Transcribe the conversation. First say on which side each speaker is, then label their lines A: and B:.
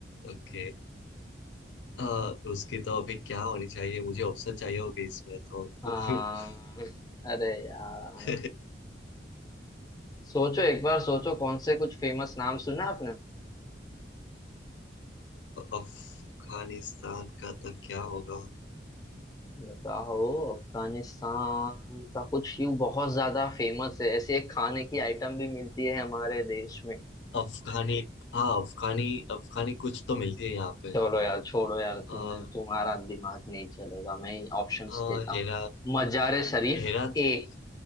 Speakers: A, on the left; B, on the left.
A: ओके अ, उसकी तो अभी क्या होनी चाहिए मुझे ऑप्शन चाहिए होगी इसमें तो
B: आ,
A: <laughs>
B: अरे यार
A: अ,
B: सोचो एक बार सोचो कौन से कुछ फेमस नाम सुना आपने
A: अफगानिस्तान का तो क्या होगा
B: बताओ अफगानिस्तान का कुछ यूं बहुत ज्यादा फेमस है ऐसे एक खाने की आइटम भी मिलती है हमारे देश में
A: अफगानी हाँ अफगानी अफगानी कुछ तो मिलती है यहाँ पे
B: चलो यार छोड़ो यार
A: अ,
B: तुम्हें तुम्हारा दिमाग नहीं चलेगा मैं ही ऑप्शंस
A: अ,
B: देता
A: हेरा
B: हूँ मजार शरीफ
A: हेरा
B: ए
A: थे उस-